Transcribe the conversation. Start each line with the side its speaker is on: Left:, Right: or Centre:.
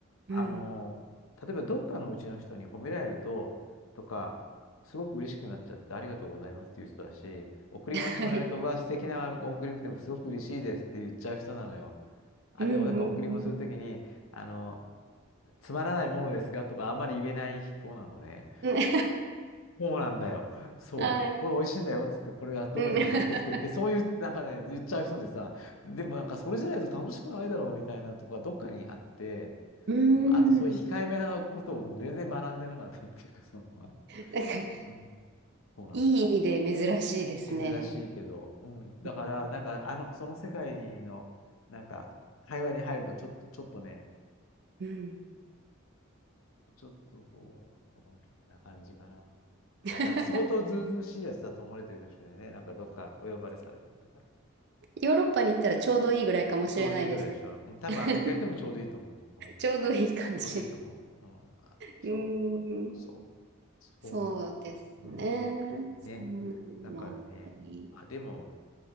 Left: あの、
Right: うん。うん。
Left: 例えばどっかのうちの人に褒められると、とか、すごく嬉しくなっちゃって、ありがとうございますっていう人だし、贈り物してもらうと、
Right: はい。
Left: うわ、素敵な贈り物ですごく嬉しいですって言っちゃう人なのよ。あるいは、
Right: うんうんうん。
Left: なんか贈り物するときに、あの、つまらないものですがとか、あんまり言えない人なのね。
Right: うん <laughs>
Left: そうなんだよ。そう。
Right: はい。
Left: これ美味しいんだよっつって、これはどことか買ってきてって、
Right: うん。
Left: そういう、なんかね、言っちゃう人でさ、でもなんかそれじゃないと楽しくないだろうみたいなとか、どっかにあって、
Right: うん。
Left: うん、あとそういう控えめなことを全然学んでなかったっていうか、
Right: うん
Left: その、あの、
Right: なんか、
Left: うん、そうなの。
Right: いい意味で珍しいですね。
Left: 珍しいけど、うん、だから、
Right: うん。
Left: なんか、あの、その世界の、なんか、会話に入ると、ちょっと、ちょっとね、
Right: うん
Left: ちょっとこう、うん、な感じかな。
Right: <laughs>
Left: だから相当ずうずうしいやつだと思われてるかもしれないね。なんかどっかお呼ばれされてとか。
Right: ヨーロッパに行ったらちょうどいいぐらいかもしれないです。
Left: ちょうどいいぐらいでしょ。うん、多分アメリカ行ってもちょうどいいと思う。
Right: <laughs>
Left: うん、
Right: ちょうどいい感じ。
Left: ちょうどいいと思う。うん、あそ
Right: うん。
Left: う、そう、そう思
Right: そうですね。
Left: う。うん、
Right: そんなのもあったり。
Left: ね。だからね、あ、でも